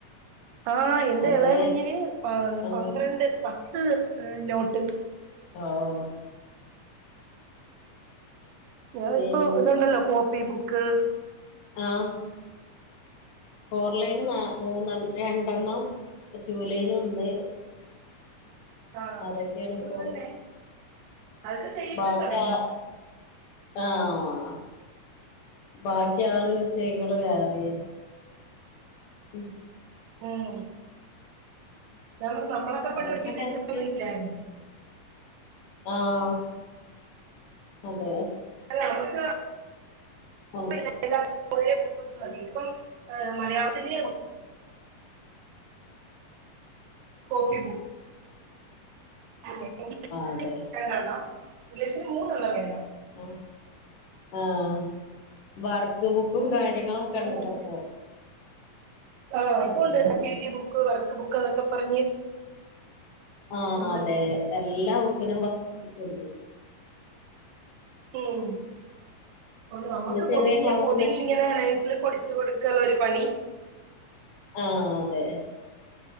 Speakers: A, on the right (about 85°); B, on the left (about 70°).
A: ആഹ് എന്റെ
B: അതെ
A: ഇളയ കുഞ്ഞിന് പ
B: ആഹ്
A: പന്ത്രണ്ട് പത്ത് എഹ് നോട്ട്.
B: ഓഹ്.
A: ങ്ങൾ
B: പിൻ
A: ഇപ്പോ ഇതുണ്ടല്ലോ കോപ്പി ബുക്ക്.
B: ആഹ്. ഫോർ ലൈന് ന മൂന്നെ രണ്ടെണ്ണം ടു ലൈന് ഒന്ന്.
A: ആഹ്
B: അതൊക്കെയാണിപ്പോ.
A: ഇത് തന്നെ അതൊക്കെ ചെയ്യിച്ചു
B: ബാക്കിയാ.
A: തുടങ്ങി
B: ആഹ് ബാക്കി ആറ് വിഷയങ്ങള് വേറെയും. ഉം.
A: ഉം ന നമ്മളൊക്കെ പണ്ടു
B: അതൊക്കെ
A: പഠിക്ക്ണ
B: ടെസ്റ്റും
A: ഇതൊന്നില്ലായിരുന്നു.
B: ആഹ് അതെ.
A: അല്ല അപ്പ പിന്നെ.
B: ഓഹ്
A: <unintelligible> ഇപ്പം. മലയാളത്തിലെ ഏ കോപ്പി ബു ന്നെ <unintelligible>
B: അതെ
A: രണ്ടെണ്ണം ഇംഗ്ലീഷ്ന് മൂന്നെണ്ണം വേണം.
B: ആഹ് ആഹ് വർക്ക് ബുക്കും കാര്യങ്ങളൊക്കെ
A: വേണം
B: ഉണ്ടല്ലോ
A: ബുക്ക്
B: ഇപ്പോ.
A: ആഹ് ഇവൾക്കുണ്ട്
B: ഉം
A: ആക്ടിവിറ്റി ബുക്ക് വർക്ക് ബുക്ക് അതൊക്കെ പറഞ്ഞ്
B: ആഹ്
A: ഉണ്ട്
B: അതെ എല്ലാ ബുക്കിനും വർക്ക് ബുക്ക്ണ്ട്
A: ഉം <unintelligible>
B: പിന്നെ
A: നമ്മക്ക്
B: ചെറിയ
A: പൊതിഞ്ഞ്
B: ക്ലാസ്ന്ന്
A: പൊതിഞ്ഞിങ്ങനെ നെയിം സ്ലിപ്പ് ഒടിച്ച് കൊടുക്കലൊരു പണി
B: ആഹ് ആഹ് അതെ